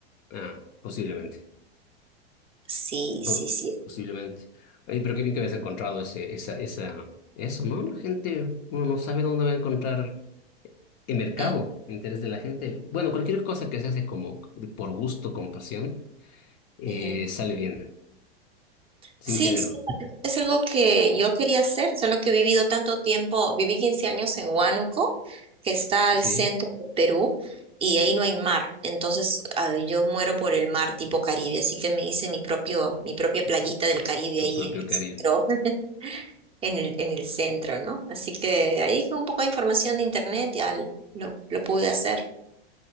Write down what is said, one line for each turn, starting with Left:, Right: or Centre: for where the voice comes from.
Left: Ah, posiblemente.
Right: Sí,
Left: Po-
Right: sí, sí.
Left: posiblemente. Oye, pero qué bien que habías encontrado ese, esa, esa, eso, ¿no? La gente, uno no sabe dónde va a encontrar el mercado,
Right: Mm,
Left: el interés de la gente. Bueno, cualquier cosa que se hace como por gusto, con pasión, eh,
Right: ujú.
Left: sale bien, sin
Right: Sí,
Left: quererlo,
Right: sí, es algo que yo quería hacer, solo que he vivido tanto tiempo, viví 15 años en Huánuco, que está al
Left: ¿sí?
Right: centro de Perú, y ahí no hay mar, entonces ah, yo muero por el mar tipo Caribe, así que me hice mi propio, mi propia playita del Caribe
Left: Tu
Right: ahí
Left: propio
Right: en el centro,
Left: Caribe.
Right: <laughs> en el, en el centro, ¿no? Así que ahí con un poco de información de internet ya lo, lo pude hacer.